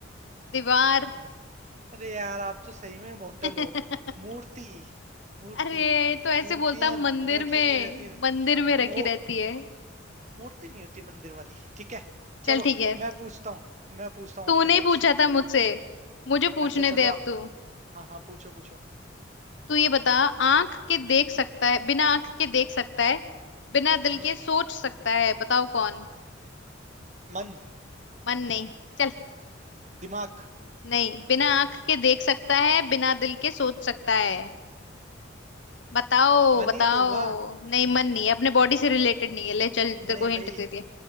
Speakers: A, on the left; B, on the right.
A: दीवार
B: अरे यार आप तो सही में बोंटल
A: <laughs>
B: हो मूर्ति मूर्ति
A: अरे तो ऐसे
B: मूर्तियां
A: बोलता मंदिर
B: रखी
A: में
B: हुई रहती है
A: मंदिर में रखी
B: वो
A: रहती है
B: मूर्ति नहीं होती मंदिर वाली ठीक है चलो
A: चल ठीक है
B: मैं पूछता हूँ मैं पूछता हूँ
A: तूने
B: आपसे नेक्स्ट
A: ही पूछा था मुझसे मुझे पूछने
B: अच्छा चलो
A: दे
B: आ-
A: अब तू
B: हाँ हाँ पूछो पूछो
A: तू ये बता आंख के देख सकता है बिना आंख के देख सकता है बिना दिल
B: हम्म
A: के सोच सकता है बताओ कौन
B: मन
A: मन नहीं चल
B: दिमाग
A: नहीं बिना आंख के देख सकता है बिना दिल के सोच सकता है बताओ
B: मन
A: बताओ
B: ही तो हुआ
A: नहीं मन नहीं है अपने बॉडी से रिलेटेड नहीं है ले चल
B: नहीं
A: तेरे को हिंट
B: भाई
A: दे दिया